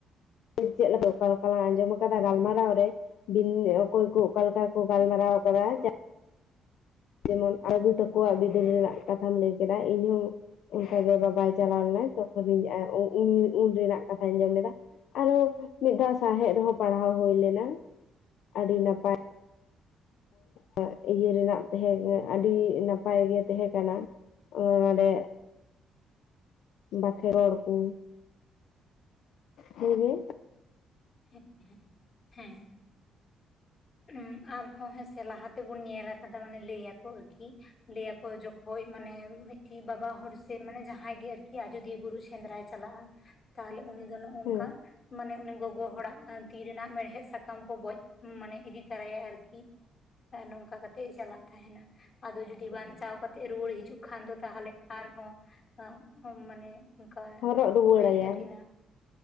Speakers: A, on the left; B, on the left.
A: ᱪᱮᱫ ᱞᱮᱠᱟ ᱚᱠᱟᱞᱮᱠᱟᱞᱟᱝ ᱟᱸᱡᱚᱢ ᱠᱟᱫᱟ ᱜᱟᱞᱢᱟᱨᱟᱣ ᱨᱮ ᱵᱤᱱ ᱚᱠᱚᱭ ᱠᱚ ᱚᱠᱟᱞᱮᱠᱟ ᱠᱚ ᱜᱟᱞᱢᱟᱨᱟᱣ ᱠᱟᱫᱟ ᱡᱟ ᱡᱮᱢᱚᱱ ᱟᱫᱩ ᱛᱟᱠᱚᱣᱟᱜ ᱵᱤᱫᱟᱹᱞ ᱨᱮᱱᱟᱜ ᱠᱟᱛᱷᱟᱢ ᱞᱟᱹᱭ ᱠᱮᱫᱟ ᱤᱧᱦᱚᱸ ᱚᱝᱠᱟ ᱜᱤ ᱵᱟᱵᱟᱭ ᱪᱟᱞᱟᱣ ᱞᱮᱱᱟᱭ ᱛᱚᱠᱷᱚᱱ ᱤᱧ ᱩᱼᱩᱼᱩᱱ ᱨᱮᱱᱟᱜ ᱠᱟᱛᱷᱟᱧ ᱟᱸᱡᱚᱢ ᱞᱮᱫᱟ ᱟᱨᱚᱦᱚᱸ ᱢᱤᱫ ᱫᱷᱟᱣ ᱥᱟᱶᱦᱮᱫ ᱨᱮᱦᱚᱸ ᱯᱟᱲᱦᱟᱣ ᱦᱩᱭ ᱞᱮᱱᱟ ᱟᱹᱰᱤ ᱱᱟᱯᱟᱭ ᱱᱟ ᱤᱭᱟᱹ ᱨᱮᱱᱟᱜ ᱛᱟᱦᱮᱸ ᱠᱟᱱᱟ ᱟᱹᱰᱤ ᱱᱟᱯᱟᱭ ᱜᱮ ᱛᱟᱦᱮᱸ ᱠᱟᱱᱟ᱾ ᱚᱸ ᱰᱮ ᱵᱟᱠᱷᱮ ᱨᱲ ᱠᱩ ᱦᱮᱸᱜᱮ
B: <unintelligible> ᱦᱮᱸ ᱩᱸ ᱟᱨ ᱦᱚᱸ ᱦᱮᱸᱥ ᱞᱟᱦᱟᱛ ᱛᱮᱵᱚᱱ ᱧᱮᱞ ᱠᱟᱫᱟ ᱢᱟᱱᱮ ᱞᱟᱹᱭᱟᱠᱚ ᱟᱹᱠᱤ ᱞᱟᱹᱭᱟᱠᱚ ᱡᱚᱠᱷᱚᱡ ᱢᱟᱱᱮ ᱢᱤᱜ ᱵᱟᱵᱟ ᱦᱚᱲ ᱥᱮ ᱢᱟᱱᱮ ᱡᱟᱦᱟᱸᱭ ᱜᱮ ᱟᱨᱠᱤ ᱟᱡᱚᱫᱤᱭᱟᱹ ᱵᱩᱨᱩ ᱥᱮᱸᱫᱽᱨᱟᱭ ᱪᱟᱞᱟᱜᱼᱟ ᱛᱟᱦᱞᱮ ᱩᱱᱤ ᱫᱚ ᱱᱚᱜᱼᱚ ᱱᱚᱝᱠᱟ
A: ᱦᱮᱸ
B: ᱢᱟᱱᱮ ᱩᱱᱤ ᱜᱚᱜ ᱜᱚ ᱦᱚᱲᱟᱜ ᱛᱤ ᱨᱮᱱᱟᱜ ᱢᱮᱲᱦᱮᱫ ᱥᱟᱠᱟᱢ ᱠᱚ ᱵᱚᱡᱽ ᱢᱟᱱᱮ ᱤᱫᱤ ᱛᱟᱨᱟᱭᱟᱭ ᱟᱨᱠᱤ ᱟᱨ ᱱᱚᱝᱠᱟ ᱠᱟᱛᱮᱜ ᱮ ᱪᱟᱞᱟᱜ ᱛᱟᱦᱮᱸᱱᱟ ᱟᱫᱚ ᱡᱚᱫᱤ ᱵᱟᱧᱪᱟᱣ ᱠᱟᱛᱮᱜ ᱨᱩᱣᱟᱹᱲ ᱦᱤᱡᱩᱜ ᱠᱷᱟᱱ ᱫᱚ ᱛᱟᱦᱞᱮ ᱟᱨᱦᱚᱸ ᱢᱟᱱᱮ ᱚᱱᱠᱟ
A: ᱦᱚᱨᱚᱜ ᱨᱩᱣᱟᱹᱲᱟᱭᱟᱢ
B: ᱦᱩᱭᱩᱜ ᱛᱟᱹᱠᱤᱱᱟ